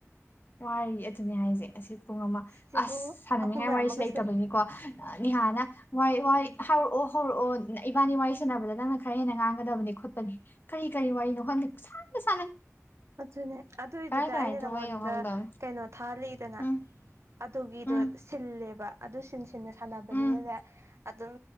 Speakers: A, on the left; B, on the right.
A: ꯉꯥꯏꯔꯤ ꯑꯗꯨꯅꯦ ꯍꯥꯏꯖꯦ ꯑꯁꯤ ꯄꯨꯡ ꯑꯃ
B: ꯁꯤꯕꯨ
A: ꯑꯁ ꯁꯥꯟꯅꯅꯤꯡꯉꯥꯏ
B: ꯑꯍꯨꯝꯔꯛ
A: ꯋꯥꯔꯤꯁꯤ
B: ꯑꯃꯒꯁꯨ
A: ꯂꯩꯇꯕꯩꯅꯤ ꯀꯣ ꯅꯤꯍꯥꯅ ꯋꯥꯏ ꯋꯥꯥꯏ ꯍꯧꯔꯛꯑꯣ ꯍꯧꯔꯛꯑꯣ ꯏꯕꯥꯅꯤ ꯋꯥꯔꯤ ꯁꯥꯟꯅꯕꯗ ꯅꯪꯅ ꯈꯔ ꯍꯦꯟꯅ ꯉꯥꯡꯒꯗꯕꯅꯦ ꯈꯣꯠꯄꯅꯦ ꯀꯔꯤ ꯀꯔꯤ ꯋꯥꯔꯤꯅꯣ ꯈꯪꯗꯦ ꯄꯨꯛꯁꯥꯟꯗ ꯁꯥꯟꯅꯩ
B: ꯑꯗꯨꯅꯦ ꯑꯗꯨꯏꯗꯨꯗ
A: ꯀꯔꯥꯏ ꯀꯔꯥꯏ
B: ꯑꯩꯅ
A: ꯊꯣꯛꯂꯛꯏꯅꯣ
B: ꯅꯪꯉꯣꯟꯗ
A: ꯈꯪꯗꯕꯅꯤ
B: ꯀꯩꯅꯣ ꯊꯥꯍꯜꯂꯤꯛꯏꯗꯅ
A: ꯎꯝ
B: ꯑꯗꯨꯒꯤꯗꯣ
A: ꯎꯝ
B: ꯁꯤꯜꯂꯦꯕ ꯑꯗꯨ ꯁꯤꯟꯁꯤꯟꯅ ꯁꯥꯟꯅꯕꯅꯤꯅꯅꯦ
A: ꯎꯝ
B: ꯑꯗꯨꯝ